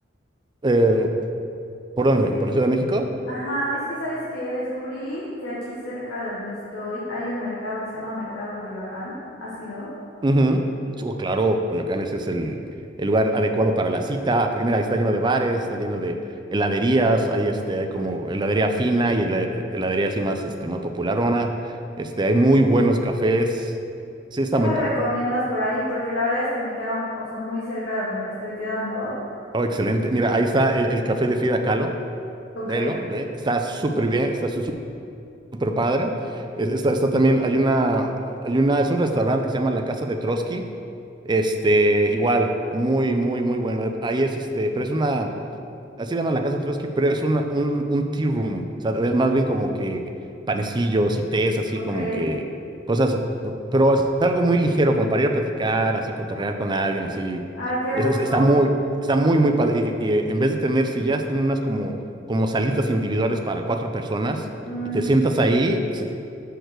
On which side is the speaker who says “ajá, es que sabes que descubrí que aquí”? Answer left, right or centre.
Left